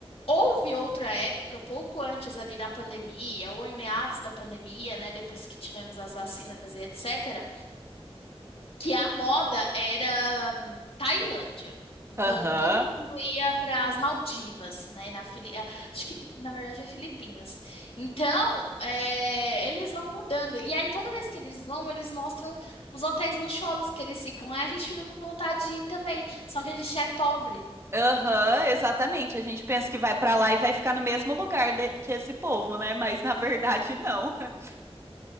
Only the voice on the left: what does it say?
Houve outra época, pouco antes ali da pandemia, ou em meados da pandemia, né, depois que tivemos as vacinas e etc, que a moda era hum, Tailândia. Então
todo mundo ia para as Maldivas, né? Na Fili... ah, Acho que na verdade é Filipinas. Então é, eles vão mudando. E aí toda vez que eles vão, eles mostram os hotéis luxuosos que eles ficam. Aí a gente fica com vontade de ir também. Só que a gente é pobre.